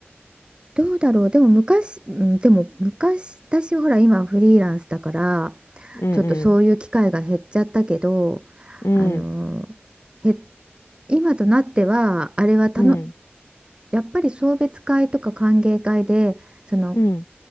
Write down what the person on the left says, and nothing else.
うんうん。
うん。
うん。
うん。